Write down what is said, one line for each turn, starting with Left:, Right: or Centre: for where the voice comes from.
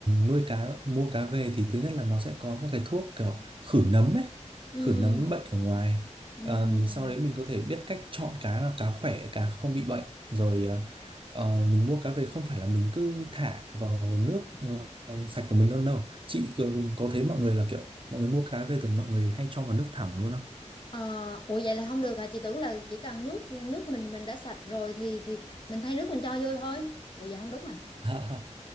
Right: nuôi cá mua cá về thì thứ nhất là nó sẽ có các cái thuốc kiểu khử nấm ấy
Left: Ừ,
Right: khử nấm bệnh ở ngoài
Left: ừ.
Right: Ờ, mình sau đấy mình có thể biết cách chọn cá nào cá khỏe cá không bị bệnh rồi ờ, ờ, mình mua cá về không phải là mình cứ thả vào nước ờ, sạch của mình đâu đâu chị có, có thấy mọi người là kiểu mọi người mua cá về thường mọi người hay cho vào nước thẳng luôn không
Left: Ờ, ủa vậy là không được hả? Chị tưởng là chỉ cần nước nước mình mình đã sạch rồi thì thì mình thay nước mình cho vô thôi. Ủa vậy không đúng à?
Right: <laughs>